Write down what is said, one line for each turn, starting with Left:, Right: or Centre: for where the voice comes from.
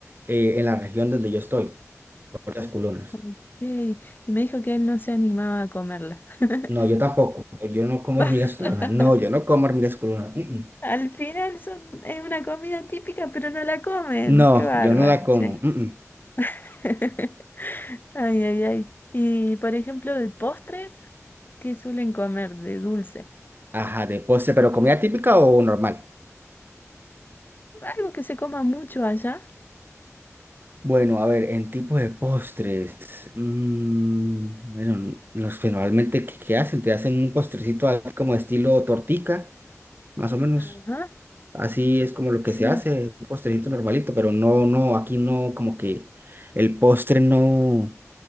Right: eh, en la región donde yo estoy, hormigas culonas.
Left: Ok, Y me dijo que él no se animaba a comerlas. <laughs>
Right: No, yo tampoco. No, Yo no como
Left: Va-
Right: hormigas culonas.
Left: <laughs>
Right: No, yo no como hormigas culonas. Mm, mm.
Left: Al final son, es una comida típica, pero no la comen.
Right: No,
Left: Qué bárbaro,
Right: yo no la como.
Left: che.
Right: Mm, mm.
Left: <laughs> Ay, ay, ay. Y por ejemplo, de postres, ¿qué suelen comer de dulce?
Right: Ajá, de postre, pero comida típica o normal.
Left: Algo que se coma mucho allá.
Right: Bueno, a ver, en tipos de postres, mm, bueno, los generalmente, ¿qué, qué hacen? Te hacen un postrecito así como estilo tortica, más o menos,
Left: Ajá.
Right: así es como lo que
Left: Sí,
Right: se hace, un postrecito normalito, pero no, no, aquí no, como que el postre no,